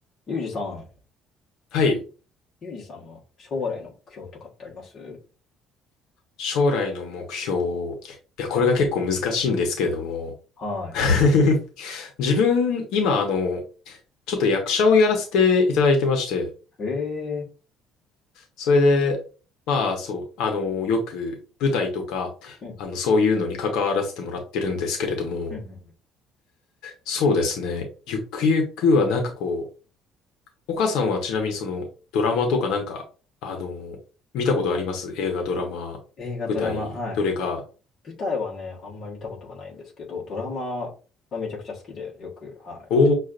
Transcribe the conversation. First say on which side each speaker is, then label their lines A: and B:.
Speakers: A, on the left; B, on the left.
A: ゆうじさん。
B: はい。
A: ゆうじさんの将来の目標とかってあります
B: 将来の目標。いや、これが結構難しいんですけれども。
A: は
B: <laughs> 自分、今、あの、ちょっと役者をやらせていただいてまして、
A: い。え
B: それで、まあ、そう、あの、よく舞台とか、
A: うん。ー。
B: あの、そういうのに関わらせてもらってるんですけれども、
A: うんうんうん
B: そうですね。ゆくゆくは、なんかこう、岡さんはちなみにその、ドラマとかなんか、あの、見たことあります映画、ドラマ、
A: 映画、
B: 舞台、
A: ドラマ、はい。
B: どれか。
A: 舞台はね、あんまり見たことがないんですけど、ドラマはめちゃくちゃ好きで、よく、はい。
B: お